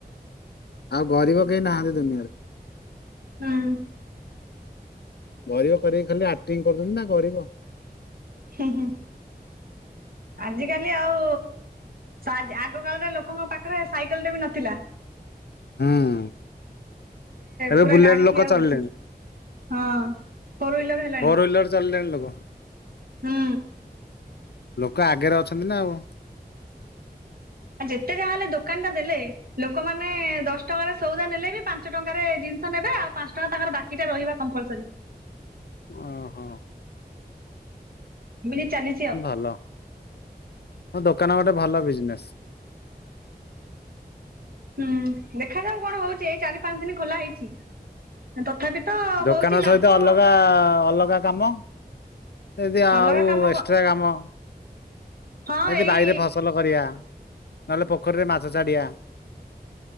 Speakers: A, on the left; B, on the right.
A: ଆଉ ଗରିବ କେହି ନାହାନ୍ତି ଦୁନିଆରେ।
B: <inaudible>
A: ଗରିବ କରିକି ଖାଲି ଆକ୍ଟିଂ କରୁଛନ୍ତି ନା ଗରିବ।
B: ହୁଁ ହୁଁ ଆଜିିକାଲି ଆଉ ଆଗ କାଳରେ ଲୋକଙ୍କ ପାଖରେ ସାଇକେଲ ଟେ ବି ନଥିଲା।
A: ହୁଁ ଏବେ
B: ପୁରା
A: ବୁଲେଟ
B: ଗାଡି
A: ଲୋକ
B: ଠିଆ ହଉଛି
A: ଚାଲିଇଲେଣି।
B: ହଁ ଫୋର ହ୍ୱିଲର ହେଲାଣି
A: ଫୋର୍ୱେଲେର ଚାଲିଲଣି ଲୋକ।
B: ହୁଁ।
A: ଲୋକ ଆଗରେ ଅଛନ୍ତି ନା ଆଉ।
B: ଆଉ ଯେତେ ଯାହା ହେଲେ ଦୋକାନ ଟା ଦେଲେ ଲୋକମାନୋନ ଦଶ ଟଙ୍କାରେ ସଉଦା ନେଲେ ବି ପାଞ୍ଚ ଟଙ୍କାରେ ଜିନିଷ ନେବେ ଆଉ ପାଞ୍ଚ ଟଙ୍କା ତାଙ୍କର ବା କିଇଟା ରହିବା କମ୍ପଲସରି।
A: ଓହୋ।
B: ବିି ଚାଲି
A: ଭଲ ମୋ ଦୋକାନ ଗୋଟେ ଭଲ ବିଜନେସ୍।
B: ହୁଁ ଦେଖାଯାଉ କଣ ହଉଛି ଏଇ ଚାରି ପାଞ୍ଚ ଦିନ ଖୋଲା ହେଇଛି। ତଥାପି ତ
A: ଦୋକାନ
B: ହଉଛି ଲାଭ।
A: ସହିତ ଅଲଗା ଅଲଗା କାମ ଯଦି ଆଉ
B: ଅଲଗା କାମ
A: ଏସଟ୍ରା
B: କଣ
A: କାମ।
B: ହଁ
A: ଏମିତି
B: ଏଇ
A: ବାଇରେ ଫସଲ କରିବା ନହେଲେ ପୋଖରୀରେ ମାଛ ଛାଡଆ।